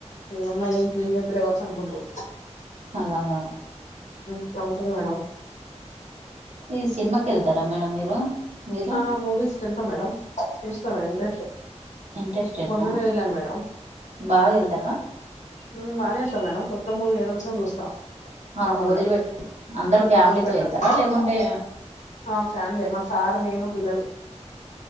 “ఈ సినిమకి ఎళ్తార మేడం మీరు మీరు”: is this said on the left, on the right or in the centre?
Right